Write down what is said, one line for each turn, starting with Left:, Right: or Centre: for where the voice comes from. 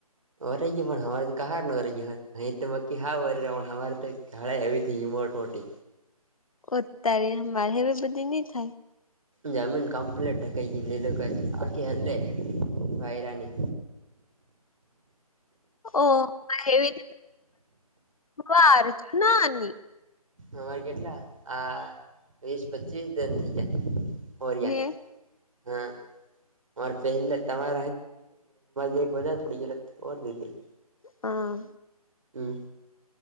Right: વરાઈ ગયા, પણ અમારે તો કહાર ન વરાઈ ગયા. અહી તો મકી હ પણ, અમારે તો ગાડા હવે થઈ ગયા, મોટ મોટી.
Left: અત્યારે મારે હવે બધી નહીં થાય.
Right: જમીન કમપ્લેટ થઈ ગઈ લે, લોકો ક આખી હલ્લે વાૈરાની.
Left: ઓ એવી વાર જ નાની.
Right: અમારે કેટલા આ વીસ-પચીસ દનથી જયા. ઓરિયાની,
Left: હે
Right: હા. હર પહેલે તમા બેગડી પડી.
Left: હા.
Right: હમ.